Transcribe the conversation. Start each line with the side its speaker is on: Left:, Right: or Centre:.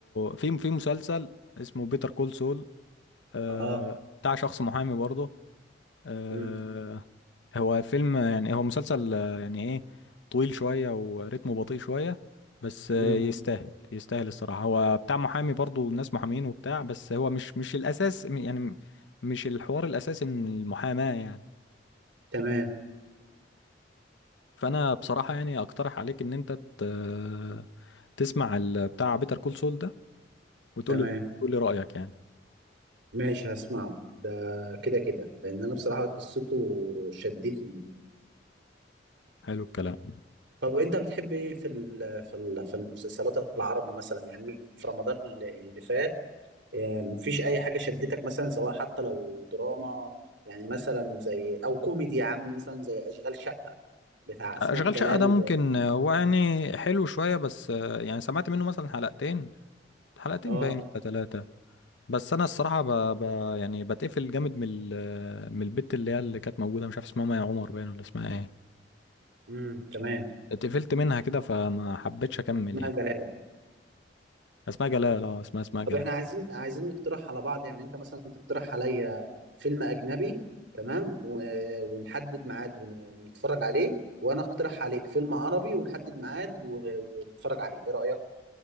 Left: في في مسلسل اسمه بيتر كول سول آه،
Right: اه
Left: بتاع شخص محامي برضو آه،
Right: امم
Left: هو فيلم يعني هو مسلسل آه، يعني ايه طويل شوية وريتمه بطيء شوية بس آه،
Right: امم
Left: يستاهل يستاهل الصراحة هو بتاع محامي برضو الناس محامين وبتاع بس هو مش مش الأساس م- يعني م- مش الحوار الأساسي من المحاماة يعني
Right: تمام
Left: فأنا بصراحة يعني أقترح عليك إن أنت ت- تسمع ال- بتاع بيتر كول سول ده وتقول
Right: تمام
Left: لي تقول لي رأيك يعني
Right: ماشي هسمعه ده كده كده لان انا بصراحة قصته شدتني
Left: حلو الكلام
Right: طب انت بتحب ايه في ال في ال في المسلسلات العربي مثلا يعني في رمضان اللي اللي فات آه، مفيش اي حاجه شدتك مثلا سواء حتى لو دراما يعني مثلا زي او كوميدي يا عم مثلا زي اشغال شقه بتاع اسماء
Left: أشغال
Right: جلال
Left: شقة ده
Right: و...
Left: ممكن آه، هو يعني حلو شوية بس آه، يعني سمعت منه مثلا حلقتين حلقتين
Right: اه
Left: باين ولا ثلاثة بس انا الصراحه ب... ب... يعني بتقفل جامد من ال... من البت اللي هي اللي كانت موجوده مش عارف اسمها مي عمر باين ولا اسمها ايه
Right: امم تمام
Left: اتقفلت منها كده فما حبيتش اكمل
Right: اسماء
Left: يعني
Right: جلال
Left: اسمها جلال اه اسمها اسمها جلال
Right: طب احنا عايزين عايزين نقترح على بعض يعني انت مثلا تقترح عليا فيلم اجنبي تمام و... ونحدد ميعاد ون... ونتفرج عليه وانا اقترح عليك فيلم عربي ونحدد ميعاد و... ونتفرج عليه ايه رأيك